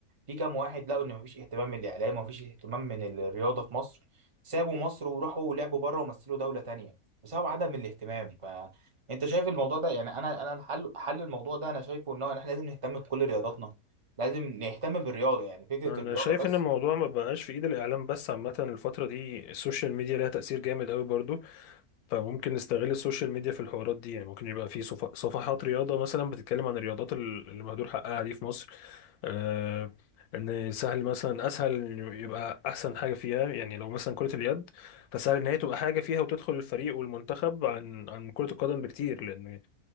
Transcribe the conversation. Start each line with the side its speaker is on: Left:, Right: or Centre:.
Right: في كام واحد لقوا ان مفيش اهتمام من الاعلام ومفيش اهتمام من الرياضه في مصر سابوا مصر وراحوا لعبوا بره ومثلوا دولة تانية بسبب عدم الاهتمام فانت شايف الموضوع ده يعني انا انا حل حل الموضوع ده انا شايفه ان هو إن احنا لازم نهتم بكل رياضاتنا لازم نهتم بالرياضة يعني فكرة
Left: انا
Right: الرياضة
Left: شايف
Right: بس
Left: ان الموضوع ما بقاش في ايد الاعلام بس عامه الفتره دي السوشيال ميديا ليها تاثير جامد قوي برضو فممكن نستغل السوشيال ميديا في الحوارات دي يعني ممكن يبقى في صف- صفحات رياضة مثلا بتتكلم عن الرياضات ال- اللي مهدور حقها دي في مصر آه ان سهل مثلا اسهل إن يبقى احسن حاجة فيها يعني لو مثلا كرة اليد فسهل ان هي تبقى حاجة فيها وتدخل الفريق والمنتخب عن عن كرة القدم بكتير لان